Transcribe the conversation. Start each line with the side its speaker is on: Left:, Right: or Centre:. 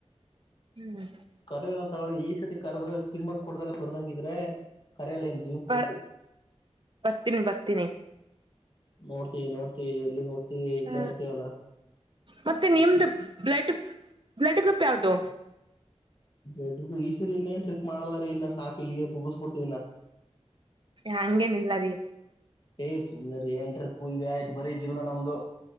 Right: ಹ್ಮ್
Left: ಕರರ ತಗಳಿ ಈ ಸತಿ ಕರದ್ರ ಕಿಮ್ಮತ್ ಕೊಡ್ದಲ್ಲ ಬರ್ದಂಗಿದ್ರೆ ಕರೆಯಲ್ಲ ಇನ್ ಜೀವನ್ ಪೂರ್ತಿ
Right: ಬರ್ ಬರ್ತೀನಿ ಬರ್ತೀನಿ
Left: ನೋಡ್ತೀವಿ ನೋಡ್ತೀವಿ ಎಲ್ಲಿ ನೋಗ ಇರ್ವಿ ಇಡ್ಲ್ಲಾ
Right: ಹ
Left: ಇರ್ತೀವಲ್ಲಾ
Right: ಮತ್ತೆ ನಿಮ್ದ ಬ್ಲಡ್ ಬ್ಲಡ್ ಗ್ರೂಪ್ ಯಾವ್ದು
Left: ಎಡ್ ಈಸದ ಇನ್ನೇ ್ರಿ ಮಾಡಲ್ಲಾರ ಇನ್ನ ಸಾಕು ಇಲ್ಲಿಗೆ ಮುಗಿಸ್ಬಿಡ್ತಿದನಾ
Right: ಹಂಗೇನಿಲ್ಲ ರೀ
Left: ಏಯ್ ಸುಮ್ನಿರ್ರಿ ಏನ್ ಟ್ರಿಪ್ ಇ ಆಯ್ತು ಬರೀ ಜೀವನ ನಮ್ದು